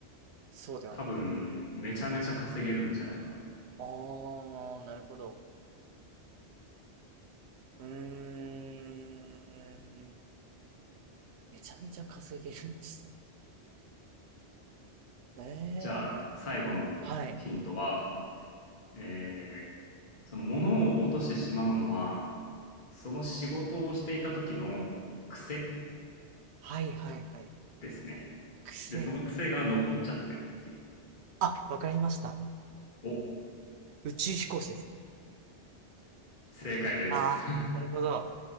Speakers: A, on the right; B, on the left.
A: そうではない。
B: 多分、めちゃめちゃ稼げるんじゃないかな。
A: ああ、なるほど。うーん。めちゃめちゃ稼げるんですね。
B: じゃあ、
A: ええ
B: 最後のヒントは、
A: はい。
B: えーその物を落としてしまうのは、その仕事をしていた時の癖
A: はいはいはい。
B: ですね。
A: 癖。
B: で、その癖が残っちゃってるっていう。
A: あ、わかりました。
B: お、
A: 宇宙飛行士ですね。
B: 正解です。
A: ああ、
B: <laughs>
A: なるほど。